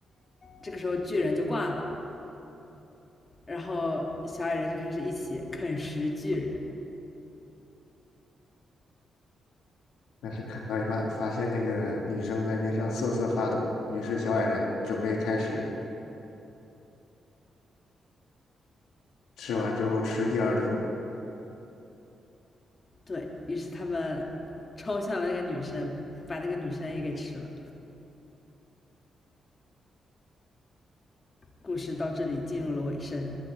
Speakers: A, on the left; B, on the left.
A: 这个时候，巨人就挂了，然后小矮人就开始一起啃食巨人。
B: 但是啃到一半，发现那个女生在边上瑟瑟发抖，于是小矮人准备开始吃完之后吃第二顿，
A: 对于是他们冲向了那个女生，把那个女生也给吃了。故事到这里进入了尾声。